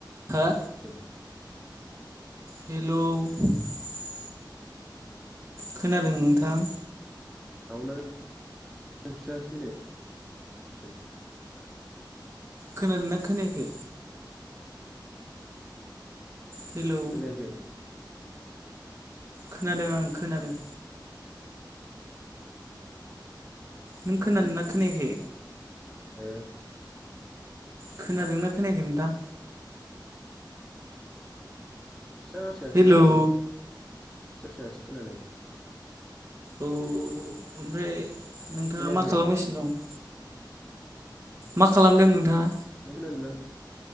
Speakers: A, on the right; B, in the centre.
A: हो
B: अम
A: हेलौ <inaudible> खोनादों नोंथां
B: सावना फिसासो फैदों
A: खोनादोंना खोनायाखै हेलौ
B: खोनायाखै
A: खोनादों आं खोनादों नों खोनादोंना खोनायाखै
B: हो
A: खोनादोंना खोनायाखै नोंथां
B: फिसा फिसासोखोनादोंलै
A: हेलौ
B: फिसा फिसासो खोनादों।
A: औ ओमफ्राय नोंथाङा
B: खोनायाखै
A: मा खालामगासिनो दं मा खालामदों नोंथाङा
B: <unintelligible>